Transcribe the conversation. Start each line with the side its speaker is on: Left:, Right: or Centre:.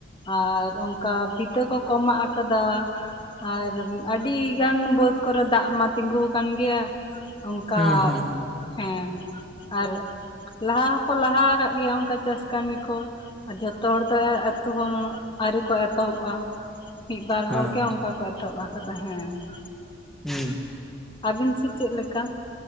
Left: ᱟᱨ ᱚᱱᱠᱟ ᱵᱤᱛᱟᱹ ᱠᱚ-ᱠᱚ, ᱢᱟᱜ ᱟᱠᱟᱫᱟ ᱾ ᱟᱨ, ᱟᱹᱰᱤ ᱜᱟᱱ ᱵᱟᱹᱫ ᱠᱚᱨᱮ ᱫᱟᱜ ᱢᱟ, ᱛᱤᱸᱜᱩ ᱟᱠᱟᱱ ᱜᱮᱭᱟ, ᱚᱱᱠᱟ
Centre: ᱦᱩᱸ ᱦᱩᱸ
Left: ᱦᱮᱸᱻ, ᱟᱨ, ᱞᱟᱦᱟ ᱦᱚᱸᱠᱚ, ᱞᱟᱦᱟ ᱟᱠᱟᱫ ᱜᱮᱭᱟ, ᱚᱱᱠᱟ ᱪᱟᱥ ᱠᱟᱹᱢᱤ ᱠᱚ ᱾ ᱟᱨ ᱡᱷᱚᱛᱚ ᱦᱚᱲ ᱫᱚ, ᱟᱹᱛᱩ ᱦᱚᱲ ᱦᱚᱸ, ᱟᱹᱣᱨᱤ ᱠᱚ, ᱮᱛᱚᱦᱚᱵᱼᱟ ᱾ ᱢᱤᱫ ᱵᱟᱨ
Centre: ᱦᱚᱸ
Left: ᱦᱚᱲ ᱜᱮ, ᱚᱱᱠᱟ ᱠᱚ, ᱮᱛᱚᱦᱚᱵ ᱟᱠᱟᱫᱟ ᱦᱮᱸ ᱾
Centre: ᱦᱩᱸᱻ ᱾
Left: ᱟᱹᱵᱤᱱ ᱥᱮᱫ, ᱪᱮᱫ ᱞᱮᱠᱟ?